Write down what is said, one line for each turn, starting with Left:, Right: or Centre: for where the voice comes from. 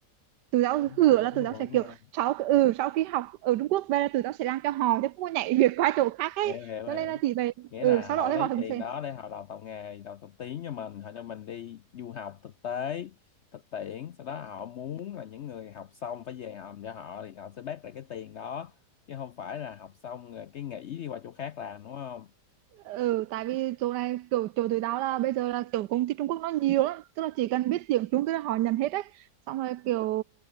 Right: tụi tao
Left: đảm
Right: hứa
Left: bảo
Right: là tụi
Left: luôn
Right: tao sẽ kiểu
Left: đúng không?
Right: sau ừ
Left: À,
Right: sau khi học ở Trung Quốc về là tụi tao sẽ làm cho họ chứ không có nhảy việc qua chỗ khác ấy
Left: hiểu hiểu
Right: cho
Left: hiểu
Right: nên là chỉ về
Left: nghĩa
Right: ừ
Left: là
Right: sau
Left: họ
Right: đó thì
Left: lấy
Right: họ cũng
Left: tiền
Right: sẽ
Left: đó để họ đào tạo nghề đào tạo tiếng cho mình họ cho mình đi du học thực tế thực tiễn sau đó họ muốn là những người học xong phải về hòm cho họ thì họ sẽ bác lại cái tiền đó chứ không phải là học xong rồi cái nghỉ đi qua chỗ khác làm đúng không
Right: ừ tại vì chỗ này kiểu chỗ tụi tao là bây giờ là kiểu công ty Trung Quốc nó nhiều lắm tức là chỉ cần biết tiếng Trung tức là họ nhận hết đấy xong rồi kiểu